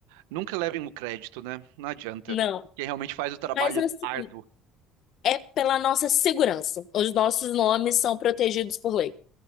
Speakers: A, on the right; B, on the left.
A: nunca levem o crédito, né? Não adianta.
B: Não.
A: Quem realmente faz o trabalho
B: Mas assim,
A: árduo.
B: é pela nossa segurança. Os nossos nomes são protegidos por lei.